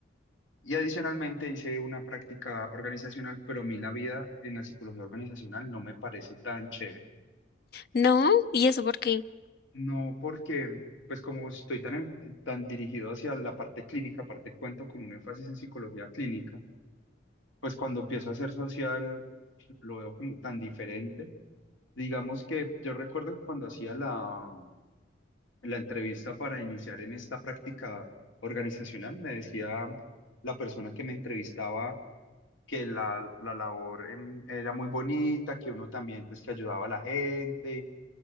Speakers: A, on the left (about 85°); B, on the left (about 55°).
A: Y adicionalmente hice una práctica organizacional, pero a mí la vida en la psicología organizacional no me parece tan chévere.
B: No, ¿y eso por qué?
A: No porque, pues como estoy tan, en- eh, tan dirigido hacia la parte clínica, aparte cuento con un énfasis en psicología clínica, pues cuando empiezo a hacer social lo veo como tan diferente. Digamos que yo recuerdo que cuando hacía la, la entrevista para iniciar en esta práctica organizacional, me decía la persona que me entrevistaba que la, la labor em, era muy bonita, que uno también pues que ayudaba a la gente,